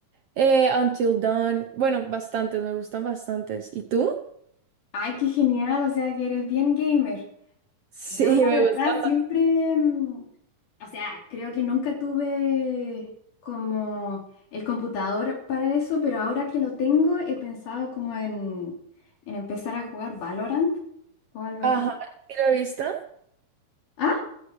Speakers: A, on the right; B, on the left.
A: eh, Until Dawn, bueno, bastantes, me gustan bastantes. ¿Y tú? <laughs>
B: Ay, qué genial, o sea que eres bien gamer.
A: Sí,
B: Yo la
A: me
B: verdad
A: gustan.
B: siempre, mm, O sea, creo que nunca tuve como el computador para eso, pero ahora que lo tengo he pensado como en, en empezar a jugar Valorant o algo
A: Ajá,
B: así.
A: ¿sí lo he visto?
B: Ah,